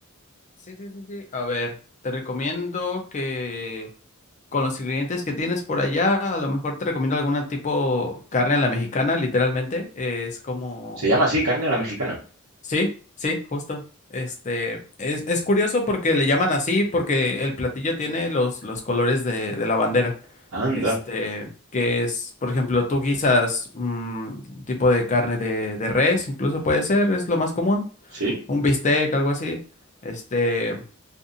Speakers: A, on the left; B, on the right.
A: Sí, sí, sí, sí. A ver, te recomiendo que... con los ingredientes que tienes por allá, a lo mejor te recomiendo alguna tipo carne a la mexicana, literalmente. Es como...
B: Se llama así, carne a la mexicana.
A: Sí, sí, justo. Este, es, es curioso porque le llaman así, porque el platillo tiene los, los colores de, de la bandera.
B: Anda,
A: Este, que es, por ejemplo, tú guisas mm, un tipo de carne de, de res, incluso puede ser, es lo más común.
B: sí.
A: Un bistec, algo así. Este,